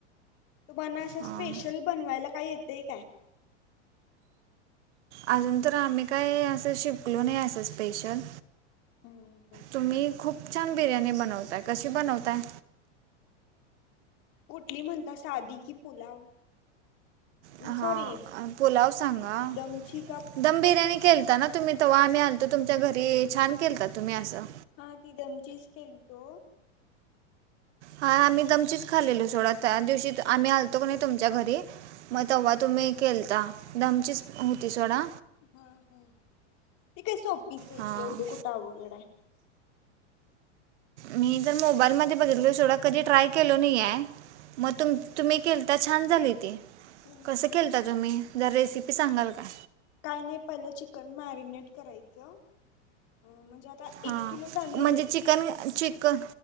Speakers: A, on the left; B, on the right.
A: तुम्हाना असं
B: अं,
A: स्पेशल बनवायला काय येतय काय?
B: अजून तर आम्ही काय असं शििकलो नाही असं स्पेशल
A: हम् हो
B: तुम्ही खूप छान बिर्याणी बनवताय कशी बनवताय
A: कुठली म्हणता साधी की पुलाव
B: हा
A: सॉरी
B: पुोलाव सांगा
A: ती दमची का
B: दम बिर्याणी केलता ना तुम्ही तेव्हा आम्ही आलतो तुमच्या घरी छान केलता तुम्ही असं
A: हा ती दमचीच केली तो
B: हा आम्ही दमचीच खालेलो सोडा त्या दिवशी आम्ही आलतो क नाही तुमच्या घरी मग तेव्हा तुम्ही केलता दमचीच होती सोडा
A: ह ह ते काय स फिस आहे
B: हां
A: एवढे कुठे अ वघड
B: मी तर मोबाईल मध्ये बघितलो ोडा कधी ट्राय केल नाही आहे मग तुम तुम्ही केल तर छान झाली तेी
A: हम्म
B: कसं
A: हम्म
B: खेलता तुम्ही जर रेसिपी सांगाल का
A: काही नाही पहिलं चिकन मॅरिनेट करायचं म्हणजे आता
B: हा
A: एक किलो तांदूळ
B: म्हणजे चिकन चिकन